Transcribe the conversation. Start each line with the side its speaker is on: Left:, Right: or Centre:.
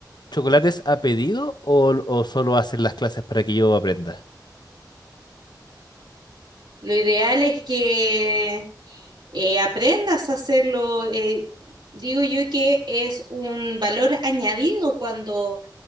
Left: chocolates a pedido o, o solo haces las clases para que yo aprenda?
Right: Lo ideal es que eh, aprendas a hacerlo. eh, digo yo que es un valor añadido cuando